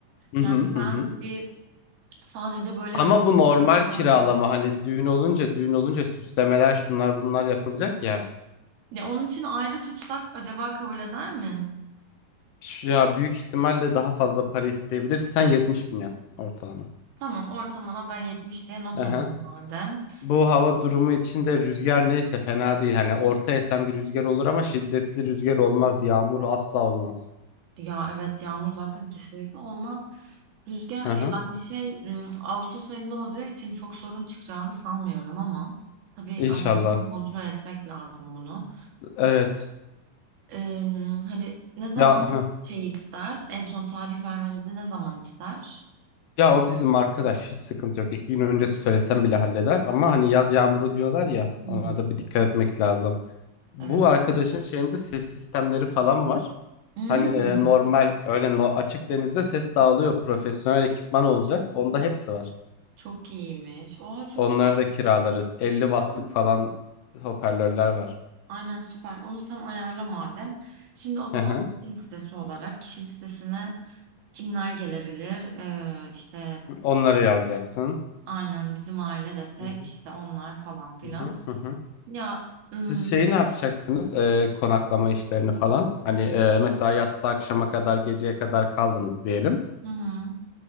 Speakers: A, on the left; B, on the right.
A: Hı
B: Yani
A: hı hı.
B: ben
A: hı.
B: bir sadece böyle
A: Ama
B: hani
A: bu normal
B: 4 saat.
A: kiralama hani düğün olunca düğün olunca süslemeler şunlar bunlar yapılacak ya.
B: Ya onun için ayrı tutsak acaba kabul eder mi?
A: Şu ya büyük ihtimalle daha fazla para isteyebilir. Sen 70 bin yaz ortalama.
B: Tamam ortalama ben 70 diye not
A: Aha.
B: alayım madem.
A: Bu hava durumu içinde rüzgar neyse fena değil. Hani orta esen bir rüzgar olur ama şiddetli rüzgar olmaz. Yağmur asla olmaz.
B: Ya evet yağmur zaten kesinlikle olmaz. Rüzgar
A: Hı
B: yani
A: hı.
B: şey ım, Ağustos ayında olacağı için çok sorun çıkacağını sanmıyorum ama tabii
A: İnşallah.
B: önceden kontrol etmek lazım bunu.
A: Evet.
B: Im, hani ne zaman
A: Ya hı.
B: şey ister? En son tarih vermemizi ne zaman ister?
A: Ya o bizim arkadaş hiç sıkıntı yok. İki gün önce söylesem bile halleder. Ama hani yaz yağmuru diyorlar ya
B: Hmm,
A: ona da bir dikkat etmek lazım. Bu
B: evet.
A: arkadaşın şeyinde ses sistemleri falan var.
B: Hmm,
A: Hani e, normal öyle no- açık denizde ses dağılıyor. Profesyonel ekipman olacak. Onda hepsi var.
B: çok iyiymiş. Oha çok
A: Onları
B: iyi.
A: da kiralarız. 50
B: O
A: wattlık
B: zaman
A: falan hoparlörler var.
B: aynen süper. Onu sen ayarla madem. Şimdi o zaman
A: Hı hı.
B: kişi listesi olarak kişi listesine kimler gelebilir? Ee, işte
A: Onları yazacaksın.
B: Aynen bizim aile desek
A: Hı hı.
B: işte onlar falan filan.
A: Hı hı. Hı hı.
B: Ya
A: Siz
B: hmm,
A: şeyi ne yapacaksınız? Ee, konaklama işlerini falan. Hani e, mesela yattı akşama kadar geceye kadar kaldınız diyelim.
B: hı hı,